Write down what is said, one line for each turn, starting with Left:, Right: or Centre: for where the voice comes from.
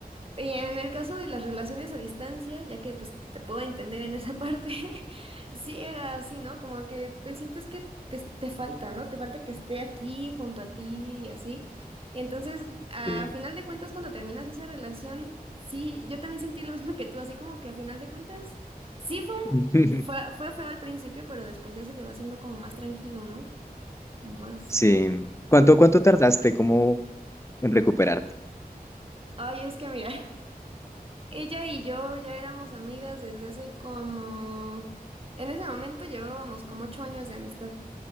Right: Y en el caso de las relaciones a distancia, ya que pues te puedo entender en esa parte, <laughs> sí era así, ¿no? Como que pues, sientes que te, te falta, ¿no? Te falta que esté aquí junto a ti y así. Entonces, a
Left: Sí.
Right: final de cuentas, cuando terminas esa relación, sí, yo también sentí lo <laughs> mismo que tú, así como que a final de cuentas, sí fue un-
Left: <laughs>
Right: fue, fue feo al principio, pero después ya se te va haciendo como más tranquilo, ¿no? Como más...
Left: Sí. ¿Cuánto, cuánto tardaste como en recuperarte?
Right: Ay, es que mira. Ella y yo ya éramos amigas desde hace como... En ese momento llevábamos como ocho años de amistad.